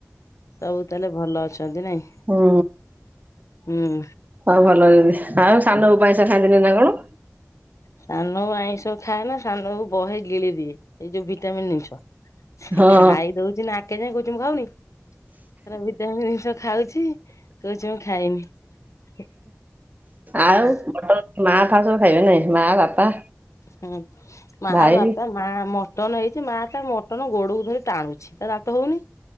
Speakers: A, on the left (about 80°); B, on the right (about 35°).
A: ସବୁ ତାହେଲେ ଭଲ ଅଛନ୍ତି ନାଇଁ।
B: ହୁଁ
A: ହୁଁ
B: ଆଉ ଭଲ ଅଛନ୍ତି ଆଉ ସାନବୋଉ ପଇସା ଖାଇଦେଇଚନ୍ତି ନା କଣ?
A: ସାନ ବୋଉ ଆଇଁଷ ଖାଏ ନା ସାନବୋହୂ ବହେ ଗିଳି ଦିଏ। ଏଇ ଯୋଉ ଭିଟାମିିନ ଜିନିଷ ସେ
B: ହଁ
A: ଖାଇ ଦଉଛି ନାକେ ଯାଏଁ କହୁଛି ମୁଁ ଖାଉନି ପୁରା ଏମିତି ଜିନିଷ ଖାଉଛି କହୁଛି ମୁଁ ଖାଇନି।
B: ଆଉ।
A: ହେଲା
B: ମା ଫା ସବୁ ଖାଇବେ ନାଇଁ ମା ବାପା।
A: ହୁଁ ମା
B: ଭାଇ
A: ବାପା। ମା ମଟନ ହେଇଛି ମା ତା ମଟନ ଗୋଡକୁ ଧରି ଟାଣୁଛି ତା ଦାନ୍ତ ହଉନି।